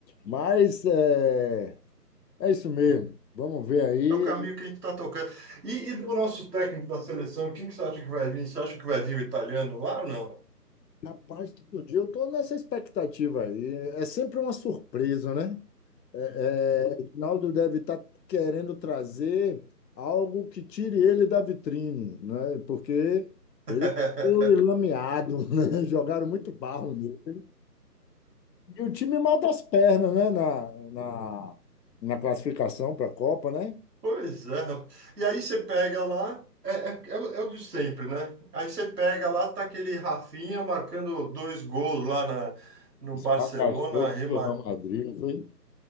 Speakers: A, on the left; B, on the right.
A: Mas é, é isso mesmo. Vamos ver aí.
B: É o caminho que a gente está tocando. E, e do nosso técnico da seleção, quem que você acha que vai vir? Você acha que vai vir o italiano lá ou não?
A: Rapaz, todo dia eu estou nessa expectativa aí. É sempre uma surpresa, né? É, é, o Ronaldo deve estar querendo trazer algo que tire ele da vitrine, né? Porque ele
B: <laughs>
A: foi lameado, né? <laughs> Jogaram muito barro nele. E o time mal das pernas, né? Na, na, na classificação para a Copa, né?
B: Pois é, rapaz. E aí você pega lá, é, é, é o é o de sempre, né? Aí você pega lá, tá aquele Rafinha marcando dois gols lá na, no
A: Esfacaçou
B: Barcelona, remad...
A: com o Real Madrid, não foi?